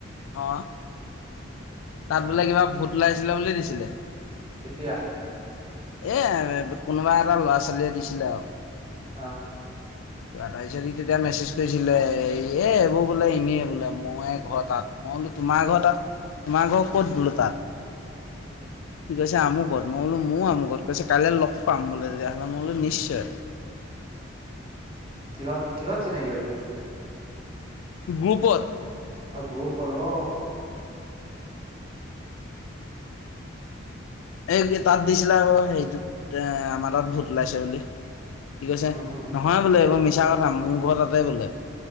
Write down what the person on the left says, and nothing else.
অ, তাত
বোলে কিবা ভোত ওলাইছিলে বুলি দিছিলে।
এ কোনোবা এটা ল'ৰা ছোৱালীয়ে দিছিলে আৰু।
কিবা তাৰ পিছত তেতিয়া মেছেজ কৰিছিলে এ এইবোৰ বোলে এনেই বোলে মই ঘৰত ত মই বোলো তোমাৰ ঘৰ তাত তোমাৰ ঘৰ ক'ত বোলো তাত।
ঠিকৈছে আমুকত মই বোলো মোৰো আমুকত কৈছে কাইলৈ লগ পাম বোলে তেতিয়াহ'লে মই বোলো নিশ্চয়।
গ্ৰুপত
এই তাত দিছিলে আকৌ হেৰিটোত এ আমাৰ তাত ভোত ওলাইছে বুলি। কি কৈছে
নহয় বোলে এইবোৰ মিছা কথা মোৰ ঘৰ তাতে বোলে।